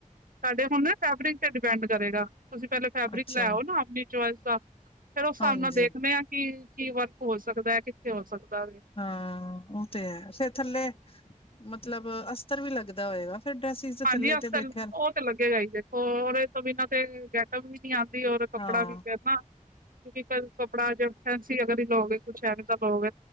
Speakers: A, on the right; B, on the left.
A: ਤਾਡੇ ਹੁਣ ਨਾ ਫੈਬਰਿਕ ਤੇ ਡਿਪੈਂਡ ਕਰੇਗਾ ਤੁਸੀਂ ਪੇਲੇ ਫੈਬਰਿਕ
B: ਅੱਛਾ
A: ਲੈ ਆਓ ਨਾ ਆਪਣੀ ਚੁਆਏਸ ਦਾ ਫੇਰ ਉਸ
B: ਹਾਂਜੀ
A: ਹਿਸਾਬ ਨਾਲ ਦੇਖਦੇ ਆ ਕਿ ਕੀ ਵਰਕ ਹੋ ਸਕਦੈ ਕਿੱਥੇ ਹੋ ਸਕਦੈ
B: ਹਾਂ ਉਹ ਤੇ ਐ, ਫਿਰ ਥੱਲੇ ਮਤਲਬ ਅਸਤਰ ਵੀ ਲੱਗਦਾ ਹੋਏਗਾ ਫੇਰ, ਡਰੈਸੀਜ 'ਚ
A: ਹਾਂਜੀ
B: ਥੱਲੇ
A: ਉਸ
B: ਤੇ ਬੈਠਿਆਂ
A: ਉਹ
B: ਨੂੰ
A: ਲੱਗੇਗਾ ਹੀ, ਦੇਖੋ ਰ ਤੋਂ ਬਿਨਾਂ ਤੇ ਗੈਟਪ ਵੀ ਨੀ ਆਦੀ, ਔਰ ਕੱਪੜਾ
B: ਹਾਂ
A: ਵੀ ਫੇਰ ਨਾ ਕਿਉਂਕਿ ਕ ਕੱਪੜਾ ਜੇ ਫੈਸੀ ਅਗਰ ਲੋਗੇ ਤੋ ਔਦੇ ਥੱਲੇ <unintelligible> ਲੋਗੇ